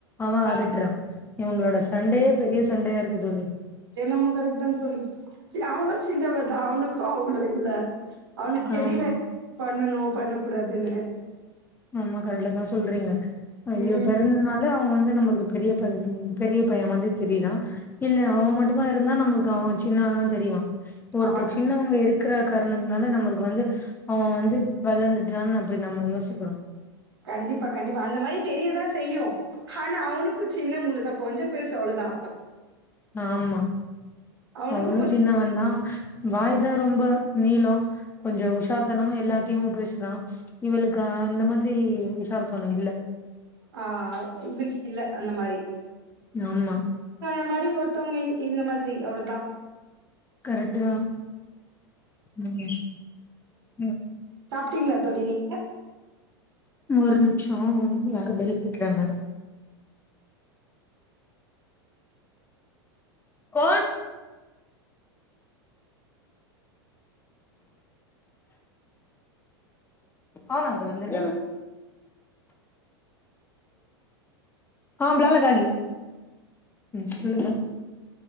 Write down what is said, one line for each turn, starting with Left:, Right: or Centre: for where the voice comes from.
Left: அவன்
Right: ஆ
Left: அகட்டுறான் இவுங்களோட சண்டேைய பெரிய சண்டையா இருக்கு தோழி
Right: அது என்னமோ கரட்தான் தோழி அவனும் சின்னவ தான் அவனுக்கும் கோவம் அவ்ளோ இல்ல அவனுக் தெரில
Left: ஆமா
Right: பண்ணணும் பண்ணக் கூடாதுன்னு
Left: ஆமா கரக்டா தா சொல்றீங்க ஐய்யோ
Right: ம்
Left: பிறந்த நாள் அவன் வந்து நம்மளுக்கு பெரிய பெரிய பையன் வந்து தெரிறான் இல்ல அவன் மட்டும் தா இருந்தா நம்மளுக்கு அவன் சின்னவன தா தெரிவான் ஒருத்தர்
Right: ஆமா
Left: சின்னவங்க இருக்கற காரணத்துனால நம்மளுக்கு வந்து அவெ வந்து வளர்ந்துட்டான்னு அப்படி நம்ம யோசிக்கிறோ
Right: கண்டிப்பா கண்டிப்பா அந்த மாதிரி தெரியதா செய்யு ஆனா அவனுக்கு சின்ன முழுதா கொஞ்சோ பேசு அவளதா
Left: ஆமா
Right: அவனுக்கும்
Left: அவளு
Right: கொஞ்
Left: சின்ன வந்தா வாய் தா ரொம்ப நீளோ கொஞ்சோ உஷார் தனமு எல்லாத்த த்திவ பேசுறா இவளுக்கு அந்த மாதிரி உசார்த்தணோ இல்ல
Right: ஆ இல்ல அந்த மாதிரி
Left: ஆமா
Right: அந்த மாதிரி ஒருத்தவங்க இந்த மாதிரி அவ்ளோதா
Left: கரெக்டு தா ம் ம்
Right: ப்டீங்களா தோழி நீங்க
Left: ஒரு நிமிஷோ யாரோ வெளிப்புடிக்ராங்க கோன் ஆ அங்க வந்துர ஆ பிளாலகாகி சொல்லுங்க